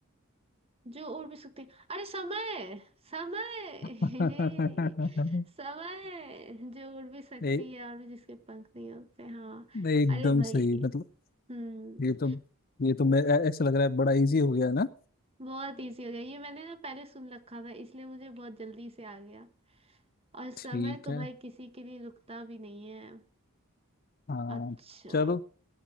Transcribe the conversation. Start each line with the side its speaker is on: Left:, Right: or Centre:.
Right: जो उड़ भी सकते हैं। अरे समय समय
Left: <laughs>
Right: <laughs> हे, समय जो उड़ भी सकती
Left: ए,
Right: है और जिसके पंख नहीं होते हाँ
Left: एकदम
Right: अरे भाई
Left: सही मतलब
Right: हम्म
Left: ये तो ये तो मैं ऐसा लग रहा है बड़ा इजी हो गया ना
Right: बहुत इजी हो गया ये मैंने ना पहले सुन रखा था इसलिए मुझे बहुत जल्दी से आ गया और
Left: ठीक
Right: समय तो
Left: है
Right: भाई किसी के लिए रुकता भी नहीं है
Left: हाँ
Right: अच्छा
Left: चलो